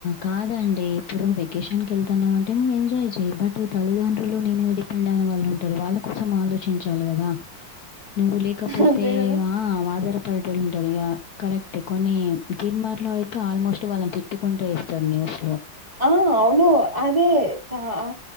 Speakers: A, on the left (about 60°); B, on the right (about 20°).
A: కాదండి ఇప్పుడు వెకేషన్కి ఎళ్తన్నావంటే నువ్వు ఎంజాయ్ చె బట్ తల్లిదండ్రులు నీ మీద డిపెండ్ అయిన వాళ్ళు ఉంటారు వాళ్ళ కోసం ఆలోచించాలి కదా నువ్వు లేకపోతే
B: అంతే కదా
A: ఆ వాదర్ పల్లెటూర్లో ఉంటరుగ కరెక్టే కొన్ని తిన్మార్ అయితే ఆల్మోస్ట్ వాళ్ళని పె ఎత్తుకుంటే ఎస్తారు న్యూస్
B: ఆ అవును అదే చ ఆ